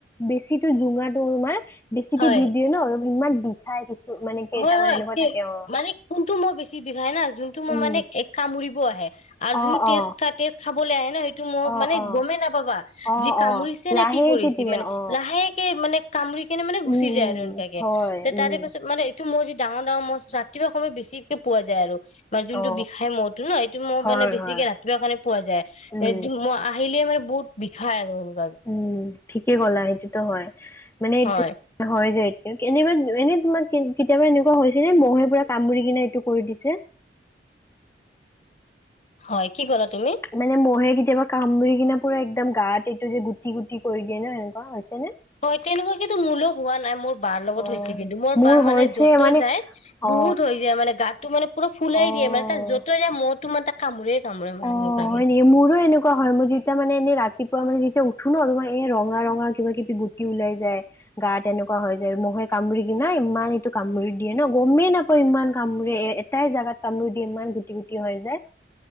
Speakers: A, on the left; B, on the left.
A: বেছিটো জোঙাটো তোমাৰ, বেছিকে
B: হয়
A: দি দিয়ে ন', আৰু ইমান বিষাই মানে কেইটামান
B: হয় হয়
A: এনেুকোৱা
B: কি
A: থাকে অ
B: মানে কোনটো মহ বেছি বিষাই না, যোনটো মহ
A: উম
B: মানে এক কামুৰিব আহে। আৰু
A: অ
B: <unintelligible> টেষ্ট
A: অ
B: টেষ্ট খাবলৈ আহে ন সেইটো <unintelligible> মহ
A: অ
B: মানে
A: অ
B: গমেই নাপাবা,
A: অ
B: যি কামুৰিছে
A: অ
B: নে
A: লাহেকে
B: কি কৰিছে
A: দিয়ে
B: মানে,
A: অ
B: লাহেকে মানে কামৰি কিনে মানে গুচি
A: উম
B: যায়
A: উম
B: আৰু এনেকাকে,
A: হয়
B: তে
A: উম
B: তাৰে পাছত মানে মই যি ডাঙৰ ডাঙৰ মহ ৰাতিপুৱা সময়ত বেছিকে পোৱা যায় আৰু মান যোনটো
A: অ
B: বিষাই মটো ন এইটো ম
A: হয়
B: মানে বেছিকে
A: হয়
B: ৰাতিপুৱা কাৰণে পোৱা যায়
A: উম
B: মই আহিলে মানে বহুত বিষাই আৰু এ
A: উম ঠিকেই গ'লা সেইটোতো হয় মানে এইটো
B: হয়
A: হয় যে এনেবা এনেই তোমাৰ কেতিয়াবা এনেকুৱা হৈছে নে মহে পুৰা কামুৰি কিনে এইটো কৰি দিছে <inaudible>
B: হয় কি ক'লা তুমি
A: মানে মহে কেতিয়াবা কামুৰি কিনে পুৰা একদম গাত এইটো যে গুটি গুটি কৰি দিয়ে ন সেনেকুৱা হৈছে নে
B: হয় তেনেকুৱা কিন্তু মোলৈও হোৱা নাই মোৰ বাৰ লগত
A: অ
B: হৈছে কিন্তু মোৰ বা মানে
A: হৈছে
B: য'তো
A: মানে
B: যাই
A: অ
B: বহুত হৈ যায় মানে গাতটো মানে পুৰা ফুলাই
A: অ
B: দিয়ে মানে তাত য'তই যা ম মহ তো মানে তাক কামোৰে কামোৰে মানে
A: অ
B: এনেকুৱাকে
A: হয় নেকি মোৰো এনেকুৱা হয় মই যেতিয়া মানে এনেই ৰাতি মানে যেতিয়া উঠো ন তোমাৰ এ ৰঙা ৰঙা কিবা কিবিুটি ওলাই যায় গা তেনেকুৱ হয় যায় মহে কামুৰি কি ন ইমান এইটো কামুৰি দিয়ে ন গমেই নাপাওঁ ইমান কামুৰি এ এটাই জোগাত কামোৰো দি ইমান গুটি গুটি হৈ যায়